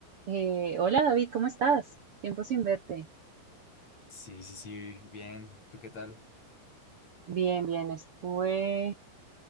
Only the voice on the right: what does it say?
Eh, hola David, ¿cómo estás? Tiempo sin verte.
Bien, bien, estuve